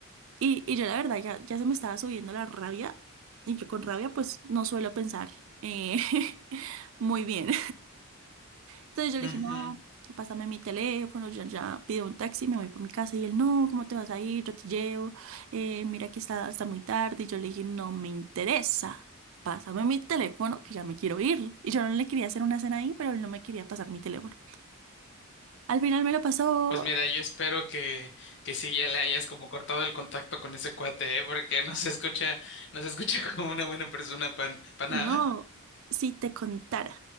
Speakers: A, on the right; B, on the left.
A: y, y yo la verdad ya, ya se me estaba subiendo la rabia y yo con rabia pues no suelo pensar eh, <laughs> muy bien. Entonces yo le
B: Ujú.
A: dije, no, pásame mi teléfono, ya, ya pido un taxi, me voy para mi casa. Y él, no, ¿cómo te vas a ir? Yo te llevo, eh, mira que está hasta muy tarde. Y yo le dije, no me interesa, pásame mi teléfono, que ya me quiero ir. Y yo no le quería hacer una cena ahí, pero él no me quería pasar mi teléfono. Al final me lo pasó,
B: Pues mira, yo espero que, que sí ya le hayas como cortado el contacto con ese cuate, ¿eh? Porque no se escucha, no se escucha <laughs> como una buena persona pan, para
A: no,
B: nada.
A: si te contara,